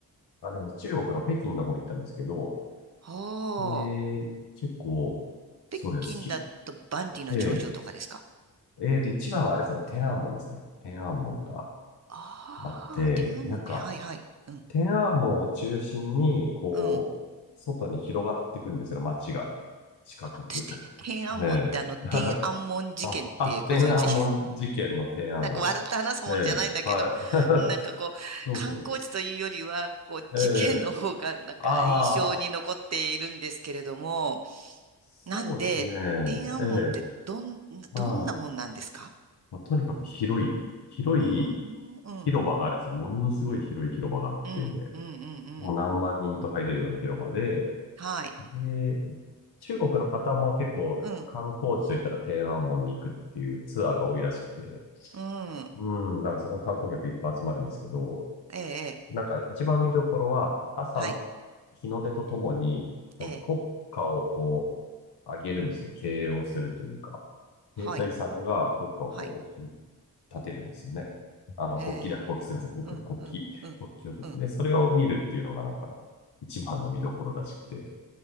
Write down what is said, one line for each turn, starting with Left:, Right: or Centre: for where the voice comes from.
Left: あれ、中国の北京の方行ったんですけど、
Right: はあ。
Left: え結構、
Right: 北京だと万里の長城とかですか。
Left: そうです。き、えええーと、一番はあれですね、天安門ですね。天安門が。
Right: ああー、
Left: あって、
Right: 天安門ね。
Left: なんか、
Right: はいはい。うん。
Left: 天安門を中心に、こう、
Right: うん。
Left: 外に広がっていくんですよ、街が。四角く。
Right: あ私って、天安門ってあの、
Left: <laughs> ええ。
Right: 天安門事件ってご存知
Left: <laughs> あ、あ天安門事件の天安門で。
Right: なんか笑って話すもんじゃないんだけど、
Left: ええ、はい。
Right: なんかこう、
Left: <laughs> そうそ
Right: 観光地というよりは、こう、
Left: う。
Right: 事件の方がなんか印象に残っているんですけれども、
Left: ええ、ああ、そうですね。
Right: なんで、天安門ってどん、
Left: ええ、はい。
Right: どんなもんなんですか
Left: まあ、とにかく広い、広い
Right: うーん、うん、
Left: 広場があるんですよ。ものすごい広い広場があって、
Right: うん、うん、うん、うん。
Left: もう何万人と入れるような広場で、
Right: はい。
Left: で、中国の方も結構観光地といったら天安門に行くっていうツアーが多いらしくて、
Right: うん、うん。
Left: うん、だからそこに観光客いっぱい集まるんですけど、
Right: ええ、ええ
Left: なんか一番見どころは朝
Right: はい、
Left: 日の出とともに、なんか国歌をこ
Right: ええ、
Left: う上げるんですね。掲揚するというか、兵隊さんが国歌をこうひ
Right: はい、はい。
Left: 立てるんですよね。あの、
Right: へえ、
Left: 国旗だ、国旗すいません、国旗だ、
Right: うん、
Left: 国旗、
Right: うん、うん、
Left: 国旗を立てて、
Right: うん。
Left: でそれを見るっていうのがなんか一番の見どころらしくて、